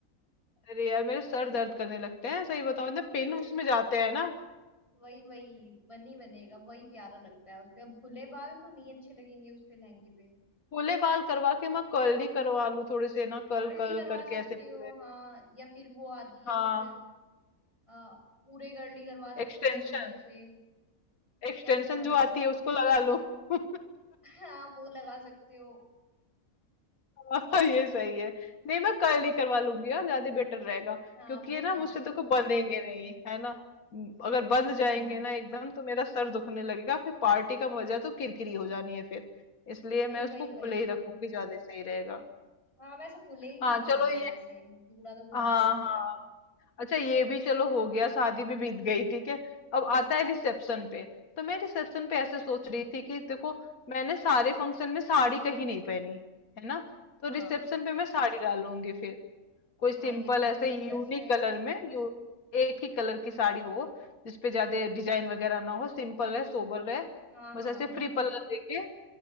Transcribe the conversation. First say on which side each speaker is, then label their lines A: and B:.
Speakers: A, on the left (about 85°); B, on the left (about 20°).
A: अरे यार मेरे सर दर्द करने लगते हैं सही बताऊं
B: <laughs>
A: इतने पिन उसमें जाते हैं ना
B: वही वही बन ही बनेगा वही प्यारा लगता है उसपे अब खुले बाल तो नहीं अच्छे लगेंगे उसपे लहंगे पे
A: खुले बाल करवा के मैं कर्ल ही करवा लूं थोड़े से ना कर्ल
B: कर्ली
A: कर्ल
B: करवा
A: करके
B: सकती
A: ऐसे पूरे
B: हो हाँ या फिर वो आती है
A: हाँ
B: कुछ आ, पूरे कर्ली करवा सकती
A: एक्सटेंशन
B: हो या नीचे से
A: एक्सटेंशन
B: या फिर
A: जो आती है उसको लगा लूं <laughs>
B: <laughs> हाँ वो लगा सकते हो
A: हाँ,
B: और
A: ये सही है नहीं मैं कर्ल ही करवा लूंगी यार ज्यादा बेटर रहेगा
B: हाँ
A: क्योंकि
B: वो
A: ये ना
B: ठीक
A: मुझसे
B: रहेगा
A: तो कोई बंधेंगे नहीं है ना म, अगर बंध
B: हाँ
A: जाएंगे ना एकदम तो मेरा सर दुखने लगेगा फिर पार्टी का मजा तो किरकिरी हो जानी है फिर इसलिए
B: वही
A: मैं उसको
B: वही वही
A: खुले ही रखूंगी ज्यादा सही रहेगा
B: हाँ वैसे खुले ही ठीक
A: हाँ
B: लगेंगे
A: चलो ये
B: वैसे जूड़ा तो पुराना
A: हाँ
B: हो
A: हाँ
B: गया अब
A: अच्छा ये भी चलो हो गया शादी भी बीत गई ठीक है अब आता है रिसेप्शन पे तो मैं रिसेप्शन पे ऐसे सोच रही थी कि देखो मैंने सारे फंक्शन में साड़ी कहीं नहीं पहनी है ना तो
B: हाँ
A: रिसेप्शन पे मैं साड़ी डालूंगी फिर कोई सिंपल
B: हाँ ये तो
A: ऐसे यूनिक
B: बेस्ट रहेगा
A: कलर में यू एक ही कलर की साड़ी हो जिसपे ज्यादा डिजाइन वगैरह ना हो सिंपल रहे सोबर रहे
B: हाँ हाँ
A: बस ऐसे फ्री
B: हाँ
A: पल्ला देके